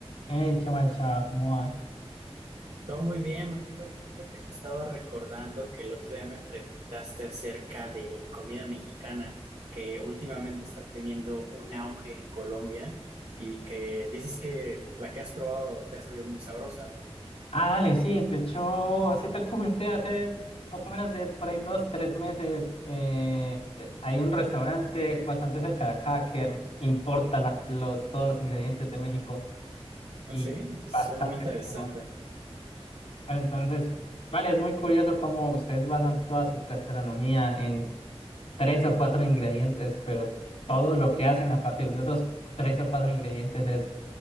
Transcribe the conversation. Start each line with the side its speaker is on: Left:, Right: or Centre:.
Left: Hey, qué guacha, ¿cómo vas?
Right: Todo muy bien, Manuel. Y fíjate que estaba recordando que el otro día me preguntaste acerca de la comida mexicana, que últimamente está teniendo un auge en Colombia y que dices que la que has probado te ha salido muy sabrosa, ¿no?
Left: Ah, dale, sí, de hecho, sí te comenté hace poco menos de por ahí dos, tres meses. eh, eh, hay un restaurante bastante cerca de acá que importa la- los, todos los ingredientes de México
Right: Ah,
Left: y
Right: sí, suena
Left: bastante
Right: muy interesante.
Left: rico. Bueno, entonces, vale, es muy curioso cómo ustedes basan toda su gastronomía en tres o cuatro ingredientes, pero todo lo que hacen a partir de esos tres o cuatro ingredientes es,